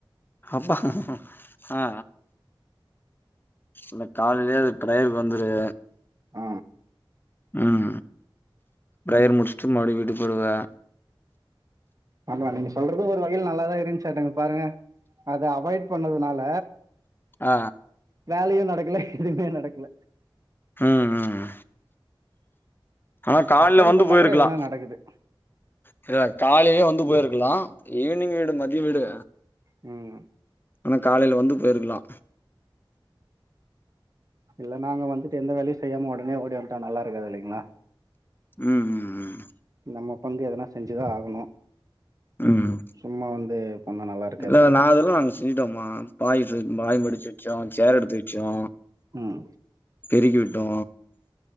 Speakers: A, on the left; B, on the right.
A: அஃப்பா ஆ இல்ல கால்லயே அது பிரேயருக்கு வந்துரு
B: அ
A: ம் பிரேயர் முடிச்சுட்டு மறுபடியு வீட்டுக்கு போயிடுவ
B: ஆமா நீங்க சொல்றது ஒரு வகையில நல்லாதா இருந்சாட்டக்க பாருங்க அதை அவாய்ட் பண்ணதுனால
A: அ
B: வேலையு நடக்கல எதுமே நடக்கல
A: ம் ம் ஆனா கால்ல
B: அட்டெண்ட்
A: வந்து
B: பண்ணா
A: போயிருக்கலா
B: கூட எதுனா நடக்குது.
A: இர்ரா காலைலயே வந்து போயிருக்கலா ஈவினிங் விடு மதிய விடு
B: ம்
A: அனா காலையில வந்து போயிருக்கலா
B: இல்ல நாங்க வந்துட்டு எந்த வேலையு செய்யாம உடனே ஓடிவன்டா நல்லா இருக்காது இல்லைங்களா
A: ம் ம் ம்
B: நம்ம பங்கு எதுனா செஞ்சுதா ஆகணு
A: ம்
B: சும்மா வந்து ரொம்ப நல்லா இருக்
A: இல்ல நா இதெல்லா நாங்க செஞ்சுட்டோம்மா பாய் இது பாய் மடிச்சு வச்சோ சேர் எடுத்து வச்சோ
B: ம்
A: பெருக்கிவிட்டோ